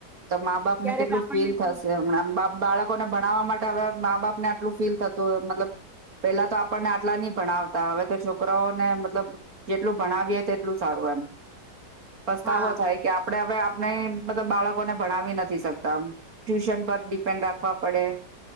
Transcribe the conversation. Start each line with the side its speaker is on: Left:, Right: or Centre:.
Right: તો મા બાપ
Centre: ક્યારેક
Right: ને કેટલું
Centre: આપણને
Right: ફીલ
Centre: પણ
Right: થશે હમણાં બા બાળકોને ભણાવવા માટે હવે મા બાપ ને આટલું ફીલ થ મતલબ પેલા તો આપણને આટલા ની ભણાવતા હવે તો છોકરાઓને મતલબ જેટલું ભણાવીએ તેટલું સારું એમ પસ્તાવો
Centre: હા
Right: થાય કે આપડે હવે આપને મતલબ બાળકોને ભણાવી નથી શકતામ ટ્યુશન પર ડિપેન્ડ રાખવા પડે